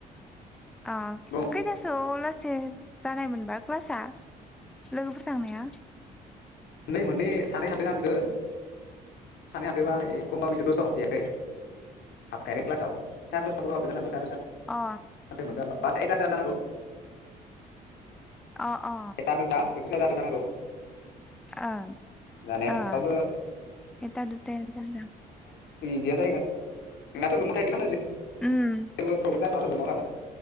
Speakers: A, in the centre; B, on the left.
A: अ
B: बुं
A: खैतासोआव लासत से जानायमोनबा क्लासआ लोगोफोर थांनाया
B: नै मोननै सानै हाबदों आं नुदों सानै हाबदोबबा खमबा बो बिसोर दसायाव हाबफैयाखै हाबखायाखै क्लासाव सारि दसथाफोराव हाबदो जानांगौ सारिदसता
A: अ
B: <unintelligible> बात एतास जानांगौ
A: अ अ
B: ए टा दुटा बेफोर जादो नांगौ ।
A: ओं
B: दा नेक्स्टआवबो
A: ओ एटा दुटा जागोन
B: इदियानो जाहैगोन नोंनाथ <unintelligible>
A: उम
B: जेबो प्रबलेम जानाय नङा <unintelligible>